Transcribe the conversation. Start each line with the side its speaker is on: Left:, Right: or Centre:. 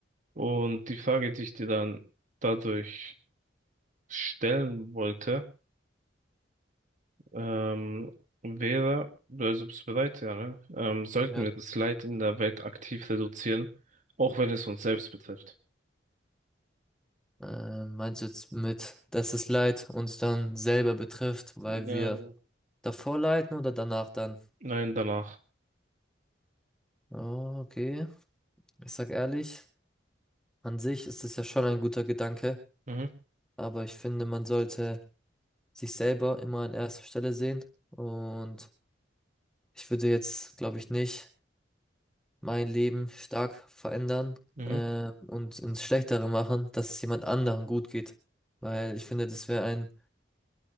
Right: Und die Frage, die ich dir dann dadurch stellen wollte, Ähm, wäre, also bist du bereit, ja, ne? Ähm, sollten
Centre: Ja.
Right: wir das Leid in der Welt aktiv reduzieren, auch wenn es uns selbst betrifft?
Centre: Ähm, meinst du jetzt mit, dass es Leid uns dann selber betrifft, weil
Right: Nein,
Centre: wir Davor leiten oder danach dann?
Right: nein, danach.
Centre: Oh, okay. Ich sag ehrlich, an sich ist es ja schon ein guter Gedanke,
Right: Mhm,
Centre: aber ich finde, man sollte sich selber immer an erster Stelle sehen. Und ich würde jetzt, glaube ich, nicht mein Leben stark verändern,
Right: mhm,
Centre: äh, und ins Schlechtere machen, dass es jemand anderen gut geht. Weil ich finde, das wäre ein,